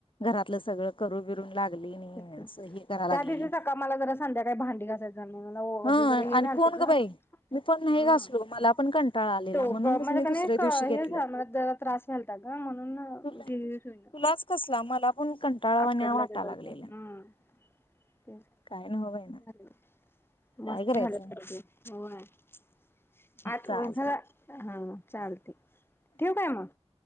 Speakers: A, on the left; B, on the left.
A: घरातलं सगळं करू बिरून लागली आणि
B: त्या
A: असं हे करा लागलेली
B: दिवशी सका मला जरा संध्याकाळी भांडी घासाय <unintelligible>
A: ह आणि कोण ग बाई मी पण नाही घासलो मला पण कंटाळा आलेला म्हणूनच मी दुसऱ्या दिवशी घेतलं तुला तुलाच कसला मला पण कंटाळावाण्या वाटा लागलेला
B: <unintelligible>
A: काय नव्ह बाई ना काय
B: मस्त
A: करायचं
B: झालं होय <unintelligible>
A: चालतंय
B: चालते. ठेवू काय मग?